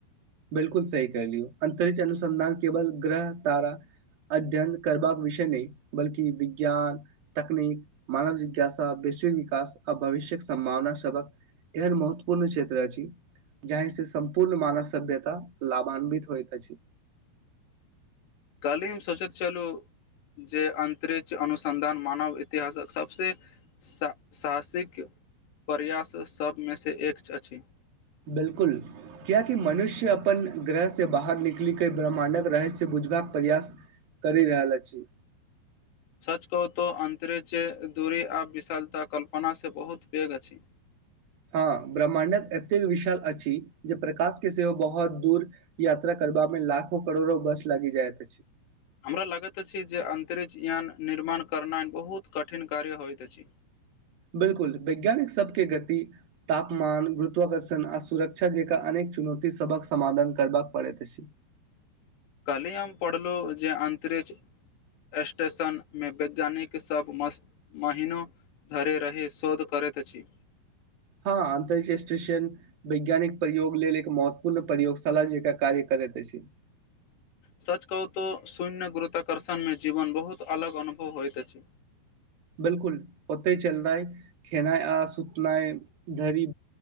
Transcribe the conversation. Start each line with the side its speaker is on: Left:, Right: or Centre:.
Right: बिलकुल सही कर लियौ अन्तरिक्ष अनुसन्धान केवल ग्रह तारा अध्ययन करबाक विषय नहि बल्कि विज्ञान तकनीक मानव जिज्ञासा वैश्विक विकास आ भविष्य्यक सम्भावना सबक एहन महत्वपूर्ण क्षेत्र अछि जही से सम्पूर्ण मानव सभ्यता लाभान्वित होइ त
Left: काली में स्वचत चलू जे अन्तरिक्ष अनुसन्धान मानव इतिहासक सबसँ साहसिक प्रयास सभ में सँ एक अछि
Right: बिल्कुल किएकि मनुष्य अपन ग्रहसँ बाहर निकलि कऽ ब्रह्मण्डक रहस्य बुझबाक प्रयास कर रहल छी
Left: सच कहतो अंतरिक्ष दूरी आ विशालता कल्पनासँ बहुत पैग अछि
Right: हँ ब्रह्मण्डक एतेक विशाल अछि जे प्रकाश के सेहो बहुत दूर यात्रा करबा में लाखो करोड़ो वर्ष लागी जाइत
Left: हमरा लगैत अछि जे अंतरिक्ष यान निर्माण करनाइ बहुत कठिन कार्य होइत अछि
Right: बिलकुल वैज्ञानिक सबके गति तापमान गुरुत्वकर्षण आ सुरक्षा जेक अनेक चुनौती सबक समाधान करबाक पड़ैत अछि
Left: काली हम पढ़लहुँ जे अंतरिक्ष स्टेशन मे वैज्ञानिक सब मस्त महीनो धरिे रहै शोध करैत अछि
Right: हँ अंतरिक्ष स्टेशन वैज्ञानिक प्रयोग लेल एक महत्वपूर्ण प्रयोगशाला जकां कार्य करैत अछि
Left: सच कहू तो शून्य गुरुताकर्षण मे जीवन बहुत अलग अनुभव होइत अछि
Right: बिलकुल ओतय चलनाइ खेनाय आ सुतनाय धरी